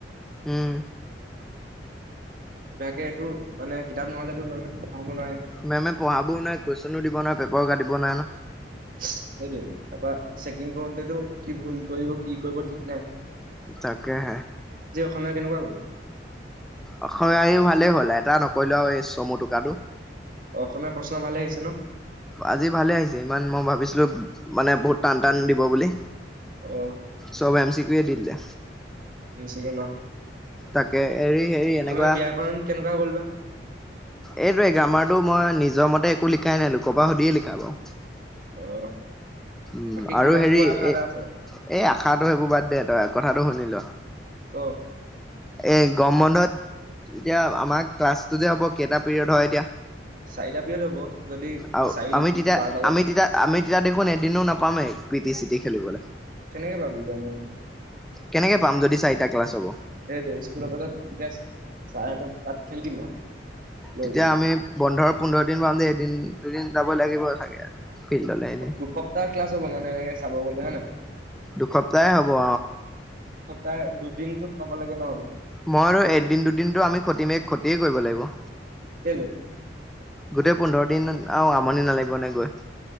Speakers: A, in the centre; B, on the right.
A: উম
B: কিবাকেটো মানে কিতাপ নহলেটো মেমে পঢ়াব নোৱাৰে
A: মেমে পঢ়াবও নোৱাৰে কুৱেচনো দিব নোৱাৰে পেপাৰো কাটিব নোৱাৰে ন
B: সেইটোৱে তাপা চেকিং কৰোতেটো কি ভুল কৰিব কি কৰিব ঠিক নাই
A: তাকে হে
B: তোমাৰ কেনেকুৱা গ'ল
A: অসমীয়া এই ভালেই হ'ল এটা নকৰিলো আও এই চমু টোকটো
B: তোমাৰ প্ৰশ্ন ভালে আহিছে ন
A: আজি ভালে আহিছে ইমান মই ভাবিছিলো মানে বহুত টান টান দিব বুলি
B: অ
A: চব এম চি কি ও এ দি দিলে
B: এম চি কে ন অসমীয়া
A: তাকে হেৰি হেৰি এনেকুৱা
B: ব্যাকৰণ কাৰণ কেনেকুৱা গল বা
A: এইটোয়ে গ্ৰামাৰটো মই নিজৰ মতে একো লিখাই নাই লোকৰ পা সুধিয়ে লিখা বাও
B: অ
A: উম
B: বাকী
A: আৰু
B: কিমান
A: হেৰি
B: পোৱা আশা
A: এ
B: এটা আছে
A: এই আশাটো সেইবোৰ বাদ দে তই কথাটো শুনি ল
B: ক
A: এই গম বন্ধত এতিয়া আমাৰ ক্লাছটো যে হ'ব কেইটা পিৰিয়ড হয় এতিয়া
B: চাৰিটা পিয়ড হব যদি
A: আৰু
B: চাৰি
A: আমি তেতিয়া
B: বাৰটালৈকে
A: - আমি তেতিয়া - আমি তেতিয়া দেখোন এদিনো নাপামেই পি টি চি টি খেলিবলৈ।
B: কেনেকে পাবি য ম।
A: কেনেকৈ পাম যদি চাৰিটা ক্লাছ হ'ব।
B: সেইটোৱ স্কুলৰ পাজত তেতিয়া ছাৰতক তাত খেলি দিম আৰু। লৈ
A: তেতিয়া
B: গৈ
A: আমি বন্ধ পোন্ধৰ দিন পাম যে এদিন দুদিন যাব লাগিব চাগে। ফিল্ডলে এনেই
B: দুসপ্তাহ ক্লাছ হ'ব মানে এনেকে চাব গ'লে হয়ে নাই।
A: দুসপ্তাহ হব অ,
B: তাৰ দুদিনটোত পাব লাগে ন।
A: মই আৰু এদিন দুদিনতটো আমি খষতি ম ক্ষতিয়ে কৰিব লাগিব।
B: কেলে?
A: গোটেই পোন্ধৰ দিন আহ, আমনি নালাগিব নে গৈ।